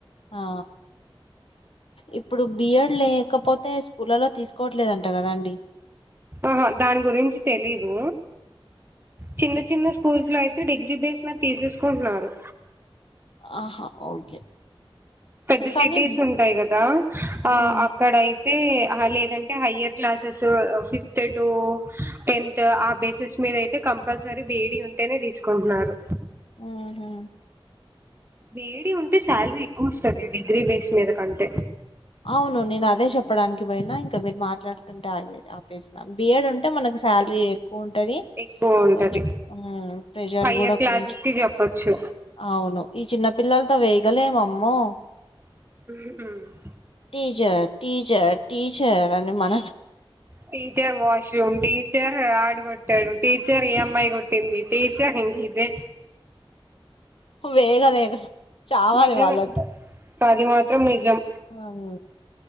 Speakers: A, on the left; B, on the right.
A: ఆ ఇప్పుడు బిఎడ్ లేకపోతే స్కూళ్లలో తీసుకోవట్లేదుంట కదాండి
B: ఆహా దాని గురించి తెలీదు చిన్న చిన్న స్కూల్స్ లో అయితే డిగ్రీ బేస్ మీద తీసేసుకుంటున్నారు
A: ఆహా ఓకే
B: పెద్ద
A: కానీ
B: సిటీస్ ఉంటాయి కదా ఆ
A: ఉమ్
B: అక్కడయి లేదంటే higher classes fifth to tenth ఆ బేసిస్ మీ మీదయితే కంపల్సరీ బేడి ఉంటేనే తీసుకుంటున్నారు
A: ఆహ
B: వేడి ఉంటే శాలరీ ఎక్కువ వస్తుంది డిగ్రీ బేస్ మీద కంటే
A: అవును నేను అదే చెప్పడానికి పోయినా ఇంకా మీరు మాట్లాడుతుంటే ఆ ప్లేస్ బియడ్ ఉంటే మనకు సాలరి ఎక్కువ ఉంటది
B: ఎక్కువ ఉంటది.
A: కొంచం ప్రెషర్
B: ఫైవ్ ఇయర్
A: కూడా
B: క్లాసెస్
A: కొంచం
B: కి చెప్పొచ్చు
A: అవును ఈ చిన్న పిల్లలతో వేయగలేమమ్మో
B: ఉహు
A: టీచర్ టీచర్ టీచర్ అని మన
B: టీచర్ వాష్రూమ్ టీచర్ ఆడు కొట్టాడు టీచర్ ఈ అమ్మాయి కొట్టింది టీచర్ ఇంక ఇదే
A: వేగాలేక చావాలి
B: నిజమే
A: వాళ్ళతో
B: అది మాత్రం నిజం
A: అవు